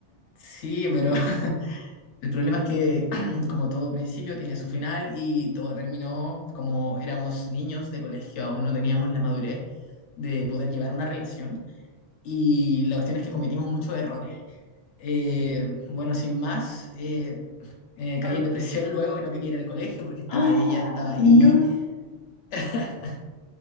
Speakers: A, on the left; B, on the left.
A: sí, pero <laughs> el problema es que <clears throat> como todo principio tiene su final y todo terminó como éramos niños de colegio, aún no teníamos la madurez de poder llevar una relación y la cuestión es que cometimos muchos errores. Eh, bueno, sin más, eh, eh, caí
B: <laughs>
A: en depresión <laughs> luego y no quería ir al colegio porque estaba
B: ¡Ah!
A: ella, estaba ahí
B: No,
A: <laughs>